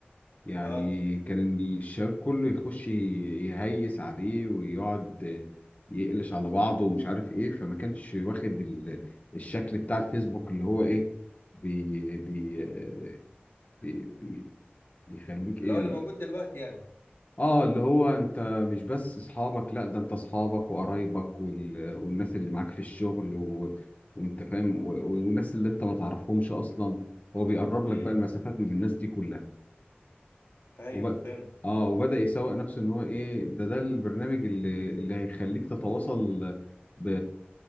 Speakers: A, on the left; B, on the left.
A: يعني
B: اه
A: كان الشباب كله يخش ي- يهيس عليه ويقعد آه، يقلش على بعضه ومش عارف ايه فما كانش واخد ال- الشكل بتاع الفيسبوك اللي هو ايه بي بي آه، بي بي بيخليك ايه
B: اللي هو
A: يعني
B: اللي موجود دلوقتي يعني
A: اه اللي هو انت مش بس اصحابك لا ده انت اصحابك وقرايبك وال... والناس اللي معاك في الشغل و... وانت فاهم و... والناس اللي انت ما تعرفهمش اصلا هو بيقرب لك
B: امم
A: بقى المسافات من الناس دي كلها
B: ايوه
A: وب...
B: فهمت
A: اه وبدأ يسوق نفسه ان هو ايه ده ده البرنامج اللي اللي هيخليك تتواصل ب...